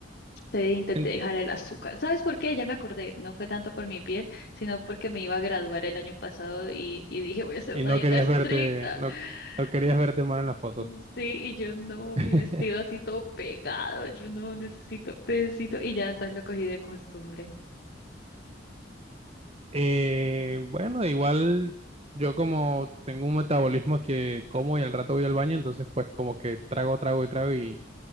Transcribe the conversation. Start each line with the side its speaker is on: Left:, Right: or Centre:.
Left: Te intenté
Right: En-
Left: dejar el azúcar. ¿Sabes por qué? Ya me acordé. No fue tanto por mi piel, sino porque me iba a graduar el año pasado y, y dije, voy a hacer
Right: y
Left: una
Right: no
Left: dieta
Right: querías
Left: estricta.
Right: verte, no, no querías
Left: <laughs>
Right: verte mal en las fotos.
Left: Sí, y yo no,
Right: <laughs>
Left: mi vestido así todo pegado. Yo no necesito, necesito. Y ya entonces lo cogí de costumbre.
Right: Eh, bueno, igual yo como tengo un metabolismo que como y al rato voy al baño, entonces pues como que trago, trago y trago y